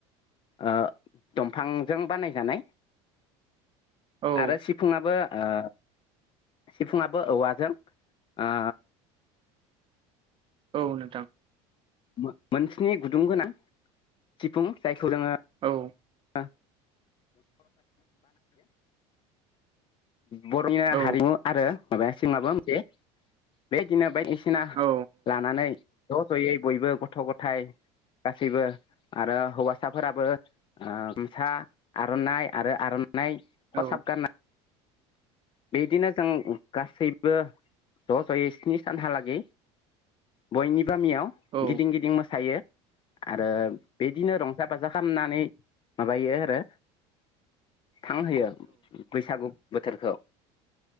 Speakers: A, on the left; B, on the right.
A: ओ दंफांजों बानायजानाय
B: औ
A: आरो सिफुुंआबो ओ सिफुङाबो औवाजों ओ
B: औ नोंथां
A: मो-मोन स्नि गुदुं गोनां सिफुं जायखौ जोङो
B: औ
A: <unintelligible> बर'नि नो
B: औ
A: हारिमु आरो माबायासै माबा मोनसे बे दिनो बायदि सिना
B: औ
A: लानानै ज' ज'यै बयबो गथ' गथाय गासैबो आरो हौवासाफोराबो ओ गामसा आरनाइ आरो आर नाय
B: औ
A: खसाब गानना बिदिनो जों गासैबो ज' जयै स्नि सानहालागै बयनि बो गामियाव
B: औ
A: गिदिं गिदिं मोसायो। आरो बिदिनो रंजा बाजा खामनानै माबायो आरो थां होयो बैसागु बोथोरखौ।